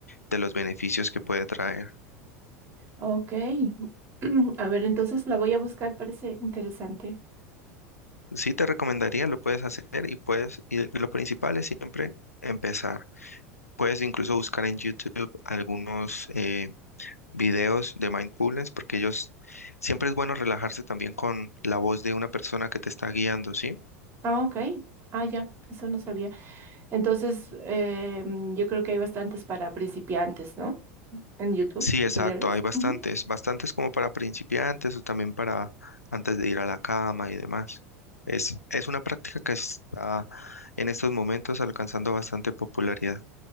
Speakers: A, on the left (about 85°); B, on the right (about 30°).
A: de los beneficios que puede traer.
B: Ok. <clears throat> A ver, entonces la voy a buscar, parece interesante.
A: Sí te recomendaría, lo puedes hacer y puedes, y lo principal es siempre empezar. Puedes incluso buscar en YouTube algunos eh, videos de mindfulness porque ellos siempre es bueno relajarse también con la voz de una persona que te está guiando, ¿sí?
B: Ah, ok. Ah, ya, eso no sabía. Entonces, eh, mm, yo creo que hay bastantes para principiantes, ¿no? En YouTube,
A: Sí,
B: tutoriales.
A: exacto, hay bastantes,
B: Ujú.
A: bastantes como para principiantes o también para antes de ir a la cama y demás. Es, es una práctica que está en estos momentos alcanzando bastante popularidad.